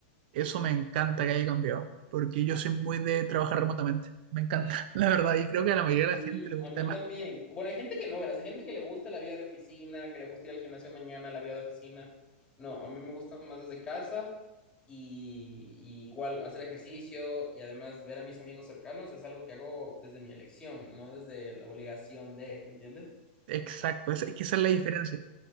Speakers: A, on the right; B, on the left.
A: Eso me encanta que haya cambiado, porque yo soy muy de trabajar remotamente, me encanta, <laughs> la verdad, y creo que a la mayoría
B: Sí,
A: de la gente le gusta
B: a mí
A: más
B: también.
A: como,
B: Bueno, hay gente que no, verás, hay gente que le gusta la vida de oficina, que le gusta ir al gimnasio mañana, la vida de oficina. No, a mí me gusta más desde casa y, y igual hacer ejercicio y además ver a mis amigos cercanos es algo que hago desde mi elección, no desde la obligación de, ¿me entiendes?
A: exacto, es, es que esa es la diferencia,